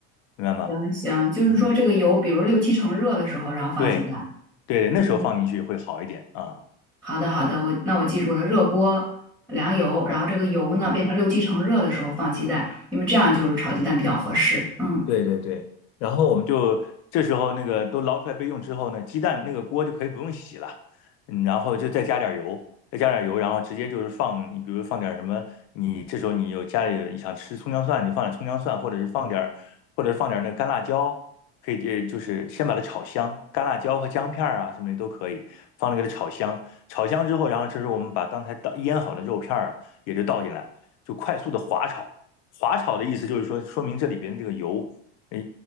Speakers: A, on the left; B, in the centre.
A: 明白吗？
B: 行行，就是说这个油比如六七成热的时候，
A: 嗯，
B: 然后放鸡蛋，
A: 对对，那时候放进去会好一点啊。
B: 嗯。好的，好的，我那我记住了，
A: 嗯
B: 热锅凉油，然后这个油呢变成六七成热的时候放鸡蛋，
A: 嗯。
B: 因为这样就是炒鸡蛋比较合适。嗯。
A: 对对对，然后我们就这时候那个都捞出来备用之后呢，鸡蛋那个锅就可以不用洗了，嗯，然后就再加点油，再加点油，然后直接就是放，你比如放点什么，你这时候你有家里想吃葱姜蒜，你就放点葱姜蒜，或者是放点或者放点那个干辣椒，可以呃就是先把它炒香，干辣椒和姜片儿啊什么的都可以放那个炒香，炒香之后，然后这时候我们把刚才倒腌好的肉片儿啊也就倒进来，就快速的滑炒。滑炒的意思就是说，说明这里边的这个油。呃，